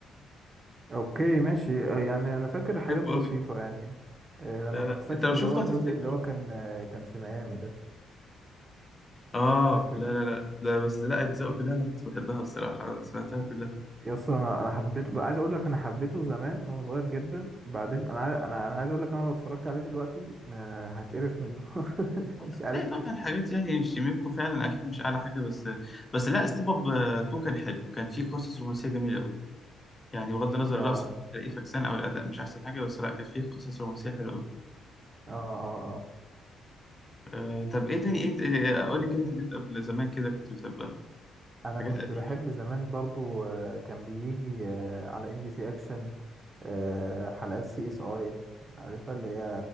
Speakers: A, on the right; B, on the left.
A: اوكي ماشي آه يعني انا فاكر حاجات
B: بحبه
A: بسيطة
B: قوي
A: يعني آه
B: لا
A: انا كنت
B: لا
A: فاكر
B: انت لو
A: اللي
B: شفته
A: هو الجزء
B: هتفتكره
A: اللي هو كان آه كان في ميامي ده
B: اه
A: فاكر
B: لا لا لا ده بس لا اجزائه كلها انا كنت بحبها الصراحه أنا سمعتها كلها
A: يا اسطى انا انا حبيته عايز اقول لك انا حبيته زمان وانا صغير جدا بعدين انا عاي-
B: آه.
A: انا انا عايز اقول لك انا لو اتفرجت عليه دلوقتي آه هتقرف منه <laughs>
B: هتلاقي
A: مش عارف
B: طبعا
A: ليه
B: حاجات يعني مش منكم فعلا اكيد مش اعلى حاجه بس بس لا ستيب اب 2 كان حلو كان فيه قصص رومانسيه جميله قوي. يعني بغض النظر
A: اه
B: الرقص ممكن تلاقيه فكسان او الاداء مش احسن حاجه بس لا كانت فيه قصص رومانسيه حلوه قوي
A: اه اه اه
B: أه طب ايه تاني ايه قول لي كده حاجات قبل زمان كده كنت بتحبها
A: انا
B: حاجات
A: كنت
B: قديمه
A: بحب زمان برضو آه، كان بيجي آه، على ام بي سي اكشن آه، حلقات سي اس اي عارفها اللي هي